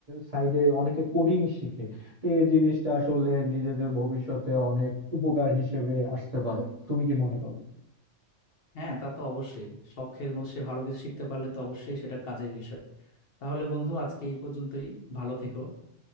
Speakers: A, on the right (about 40°); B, on the left (about 60°).
A: সাইডে অনেকে কোডিং শিখে তো এই জিনিসটা আসলে নিজেদের ভবিষ্যতে অনেক উপকার হিসেবে আসতে পারে তুমি কি মনে করো
B: হ্যাঁ তা তো অবশ্যই শখের মধ্যে সে ভালো কিছু শিখতে পারলে তো অবশ্যই সেটা কাজের বিষয় তাহলে বন্ধু আজকে এই পর্যন্তই ভালো থেকো